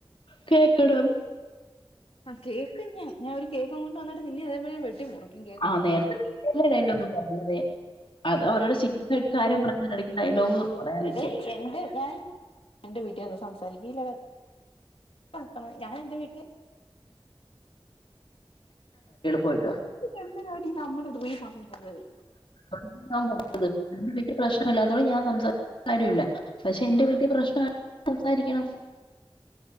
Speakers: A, on the left; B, on the left.
A: കേക്കണം
B: ആ കേക്കും ഞാൻ ഞാൻ ഒരു കേക്കും കൊണ്ട് വന്നിട്ട് നിന്നെ അതേപോലെ വെട്ടി മുറിക്കും കേക്ക്
A: ആ
B: മുറിക്കണ
A: നേരത്തെ
B: കണക്ക്
A: നീയല്ലേ ഡയലോഗ് പറഞ്ഞത് അത് അവരോട് സീരിയസ് ആയിട്ട് കാര്യം പറഞ്ഞ ഇടയ്ക്ക് ഡയലോഗ് പറയാൻ
B: എടി
A: നിൽക്കുക
B: എന്റെ ഞാൻ എന്റെ വീട്ടിൽവന്ന് സംസാരിക്കുവോ ഇല്ലല്ലോ ക്കണം ഞാൻ എന്റെ വീട്ടില്
A: പോയിട്ടോ
B: എന്തരാടി നമ്മടെ ദൂയമാവ <unintelligible> അവരേ
A: അൻത്ട്ട <unintelligible> പ്രശ്നം ഇല്ലാത്തോണ്ട് ഞാൻ സംസാരിക്കണ്ട കാര്യമില്ല പക്ഷെ എന്റെ വീട്ടിൽ പ്രശ്നമാണ് സംസാരിക്കണം